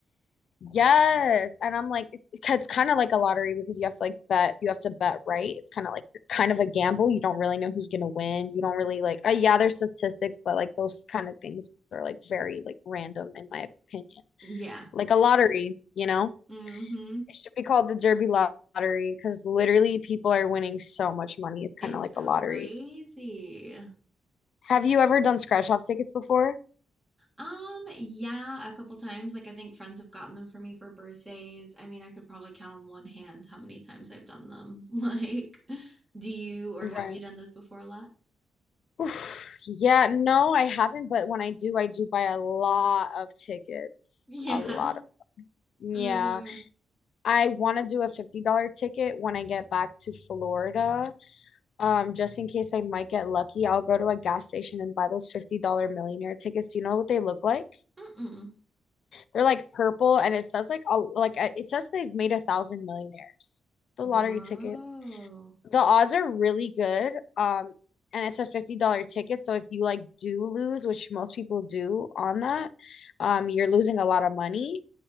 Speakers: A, on the left; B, on the right.
A: Yes. And I'm like, it's it's kind of like a lottery because you have to like bet, you have to bet right. It's kind of like kind of a gamble. You don't really know who's gonna win. You don't really like, uh, yeah, there's statistics, but like those kind of things are like very like random in my opinion.
B: Yeah.
A: Like a lottery, you know?
B: Mm-hmm.
A: It should be called the Derby Lottery because literally people are winning so much money. It's kind
B: It's
A: of like
B: crazy.
A: a lottery. Have you ever done scratch off tickets before?
B: Um, yeah, a couple times. Like, I think friends have gotten them for me for birthdays. I mean, I could probably count on one hand how many times I've done them. <laughs> Like, do you or
A: Right.
B: have you done this before a lot?
A: <sighs> Oof, yeah, no, I haven't, but when I do, I do buy a lot of tickets.
B: Yeah.
A: A lot
B: <laughs>
A: of, yeah.
B: Uh,
A: I want to do a $50 ticket when I get back to Florida. Um, just in case I might get lucky, I'll go to a gas station and buy those $50 millionaire tickets. Do you know what they look like?
B: mm-mm.
A: They're like purple and it says like a, like uh, it says they've made a thousand millionaires. The
B: Whoa.
A: lottery ticket. The odds are really good. Um, and it's a $50 ticket. So if you like do lose, which most people do on that, um, you're losing a lot of money.